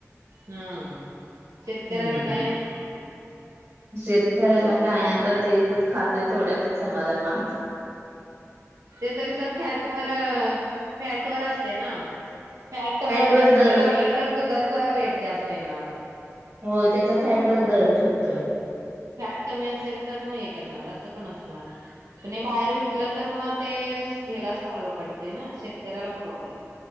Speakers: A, on the right; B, on the right.
A: हा शेतकऱ्याला
B: हम्म
A: काय
B: शेतकऱ्याला काय आता ते दूध खातय, तेवढ्यातच समाधान मानत.
A: ते तर कसं फॅटवर फॅट वर असते ना. फॅट
B: वर
A: जास्त
B: दर
A: लागलं तर दुधाचा रेट जास्त येणार
B: होय त्यांचा फॅट वर दर ठरतोय
A: फॅट कमी असेल तर मग हे करणार असं पण असणार प बाहेर विकलं तर मग ते हलाच परवडतेय ना शेतकऱ्याला परवडेल